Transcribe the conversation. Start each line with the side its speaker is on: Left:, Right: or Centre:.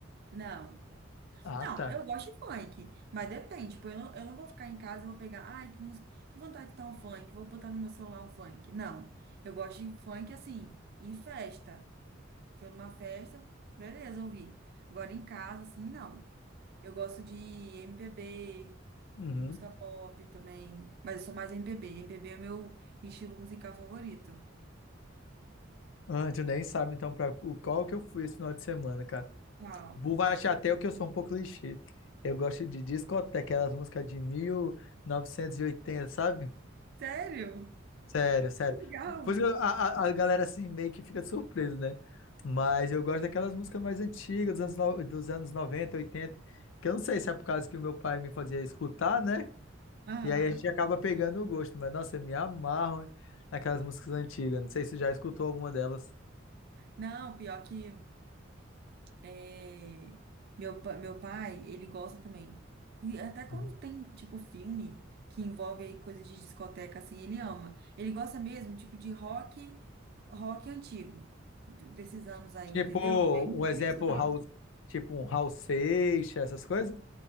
Right: Não.
Left: Ah,
Right: Não,
Left: tá.
Right: eu gosto de funk, mas depende. Tipo, eu não, eu não vou ficar em casa e vou pegar, ai, que música, que vontade de dar um funk, vou botar no meu celular um funk. Não, eu gosto de funk assim, em festa. Tô numa festa, beleza, ouvi. Agora em casa, assim, não. Eu gosto de M P B
Left: Uhum.
Right: de música pop também, mas eu sou mais M M B MPB. B é o meu estilo musical favorito.
Left: Ah, tu nem sabe então pra o- qual que eu fui esse final de semana, cara.
Right: Uau.
Left: Vou vai achar até o que eu sou um pouco clichê. Eu gosto de discoteca, aquelas músicas de mil novecentos e oitenta, sabe?
Right: Sério?
Left: Sério, sério.
Right: Que Legal.
Left: Por isso que a, a a galera assim meio que fica surpresa, né? Mas eu gosto daquelas músicas mais antigas, dos anos, no- dos anos 90, 80, que eu não sei se é por causa que o meu pai me fazia escutar, né?
Right: Aham.
Left: E aí a gente acaba pegando o gosto. Mas, nossa, eu me amarro hein, naquelas músicas antigas. Não sei se você já escutou alguma delas.
Right: Não, pior que. É, meu, pa- meu pai, ele gosta também. E até quando
Left: Uhum.
Right: tem, tipo, filme que envolve aí coisa de discoteca, assim, ele ama. Ele gosta mesmo, tipo, de rock, rock antigo, do- desses anos aí,
Left: Tipo,
Right: entendeu? Aí ele
Left: um exemplo,
Right: vive escutando.
Left: Raul, tipo um Raul Seixas, essas coisas?